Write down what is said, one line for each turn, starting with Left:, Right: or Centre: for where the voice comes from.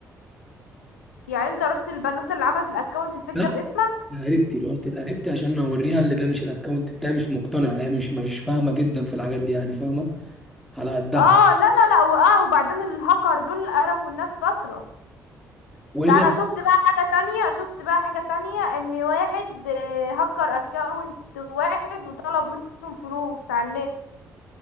Left: يعني انت رحت البنوتة اللي عملت الاكونت الفيك
Centre: لا
Left: ده باسمك
Centre: انا قريبتي رحت لقريبتي عشان اوريها اللي ده مش الاكونت بتاعي مش مقتنعه هي مش مش فاهمه جدا في الحاجات دي يعني فاهمه على قدها
Left: اه لا لا لا واه وبعدين الهاكر دول قرفوا الناس فترة
Centre: والا
Left: ده انا شفت بقى حاجة تانية شفت بقى حاجة تانية ان واحد آه، هكر اكونت واحد وطلب منهم فلوس على النت